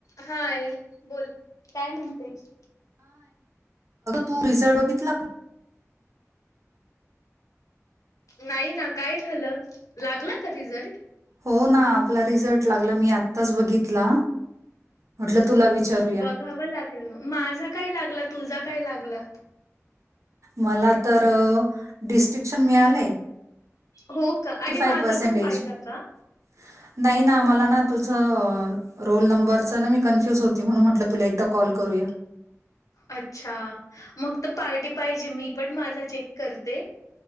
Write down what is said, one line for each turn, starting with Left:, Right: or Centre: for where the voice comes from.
Left: हा आहे बोल काय म्हणतेस,
Right: तू रिझल्ट बघितला का.
Left: नाही ना काय झालं लागला का रिझल्ट?
Right: हो ना आपला रिझल्ट लागला मी आत्ताच बघितला. म्हटलं तुला विचारूया.
Left: बघाव लागेल मग माझा काय लागला तुझा काय लागला?
Right: मला तर डिस्ट्रिक ामिळाला आहे
Left: हो का आणि माझा
Right: <unintelligible>
Left: पण पाहिला का?
Right: <unintelligible> नाही ना मला ना तुझ रोल नंबरचा ना मी कन्फ्युज होती म्हणून म्हटलं तुला एकदा कॉल करूया.
Left: अच्छा मग तर पार्टी पाहिजे मी पण माझा चेक करते.